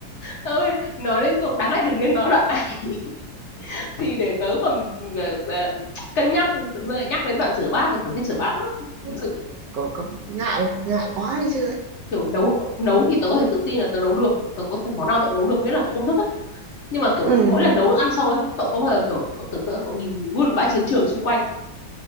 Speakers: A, on the left; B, on the right.
A: ơi nói đến cùng đáng lẽ đừng nên nói đoạn này <laughs> thì để tớ còn ờ, ờ, cân nhắc tự dưng lại nhắc đến đoạn rửa bát thì tớ thích rửa bát lắm
B: <laughs>
A: thực sự
B: có, có ngại ngại quá đi chứ lại.
A: kiểu nấu nấu thì tớ có thể tự tin là tớ nấu được tớ có thể món nào tớ cũng nấu được miễn là có công thức á nhưng mà kiểu
B: ừ
A: mỗi lần nấu ăn xong ấy cậu có bao giờ kiểu cậu tưởng tượng cậu nhìn luôn bãi chiến trường xung quanh